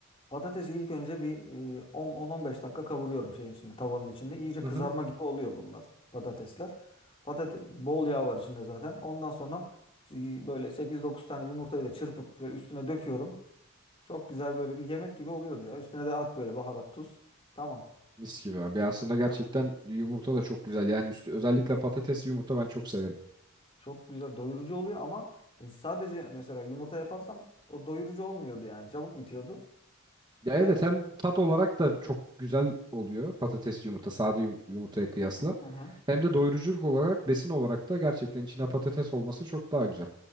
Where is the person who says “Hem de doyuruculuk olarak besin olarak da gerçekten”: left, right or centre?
Right